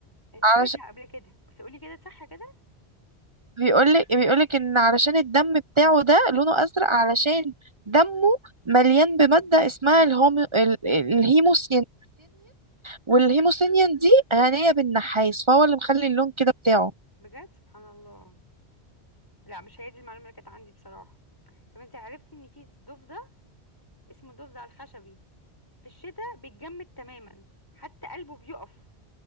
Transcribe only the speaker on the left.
آه.
قريتها قبل كده بس قولي كده صح كده
بجد سبحان الله لا مش هي دي المعلومة اللي كانت عندي بصراحة طب انت عرفتي ان في ضفدع اسمه الضفدع الخشبي في الشتاء بيتجمد تماما حتى قلبه بيقف